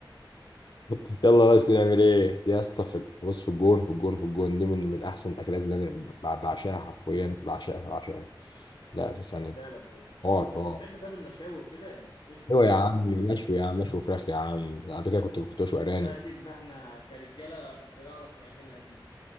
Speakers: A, on the left; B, on the left.
A: <laughs> يلا بس نعمل ايه دي يا اسطى في بص في الجون في الجون في الجون دي من من احسن الاكلات اللي انا بع- بعشقها حرفيا بعشقها بعشقها لا في ثانيه
B: يا فعلا و...
A: حوار
B: وبتحب
A: حوار
B: طب المشاوي وكده يعني بتشوي
A: ايوه
B: كده
A: يا عم
B: ولا مالكش
A: مشوي
B: فوق؟
A: يا عم مشوي فراخ يا عم قبل كده كنت كنت بشوي ارانب
B: ده اكيد بقى احنا كرجالة بنعرف نعملها دي